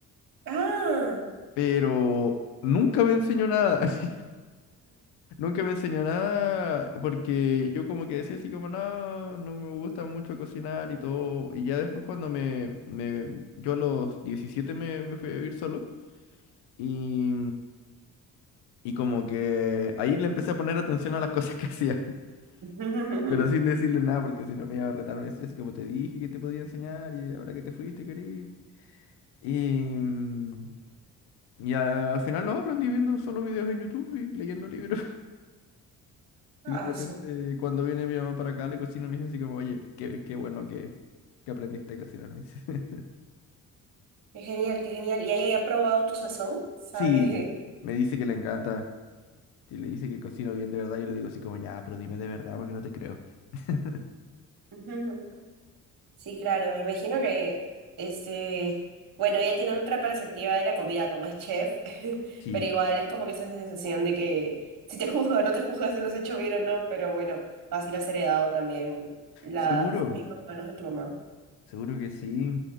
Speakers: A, on the right; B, on the left.
A: Ah.
B: pero nunca me enseñó nada. <laughs> Nunca me enseñó nada porque yo como que decía así como, no, no me gusta mucho cocinar y todo. Y ya después cuando me, me- yo a los 17 me, me fui a vivir solo. Y Y como que ahí le empecé a poner atención a las cosas que hacía, <laughs>
A: <laughs>
B: pero sin decirle nada porque si no me iba a retar, me decía así como te dije que te podía enseñar y ahora que te fuiste, querido. Y, mm, y a- al final no, aprendí viendo solo videos en YouTube y leyendo libros. <laughs>
A: Asu.
B: Y de repente cuando viene mi mamá para acá, le cocina, me dice así como, oye, qué, qué bueno que, que aprendiste a cocinar, me dice. <laughs>
A: Qué genial, qué genial. ¿Y ahí ha probado tu sazón? ¿Sabes?
B: Sí,
A: <laughs>
B: me dice que le encanta. Si le dice que cocino bien de verdad, yo le digo así como, ya, pero dime de verdad porque no te creo. <laughs>
A: Ujú. Sí, claro, me imagino que, este, bueno, ella tiene otra perspectiva de la comida, como es chef, <laughs>
B: Sí,
A: pero igual es como que esa sensación de que si te juzgo o no te juzgas si lo has hecho bien o no, pero bueno, fácil has heredado también las
B: seguro.
A: mismas manos de tu mamá.
B: Seguro que sí.